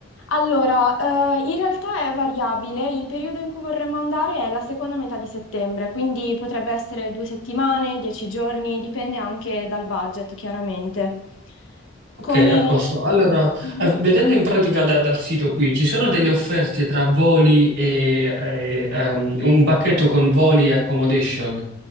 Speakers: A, on the left; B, on the right.
A: Allora, eh, in realtà è variabile, il periodo in cui vorremmo andare è la seconda metà di settembre, quindi potrebbe essere due settimane, dieci giorni, dipende anche dal budget, chiaramente. Come...
B: Ok, a posto. Allora,
A: Mhm.
B: eh, vedendo in pratica da- dal sito qui, ci sono delle offerte tra voli e, e, ehm, un pacchetto con voli e accommodation, eh,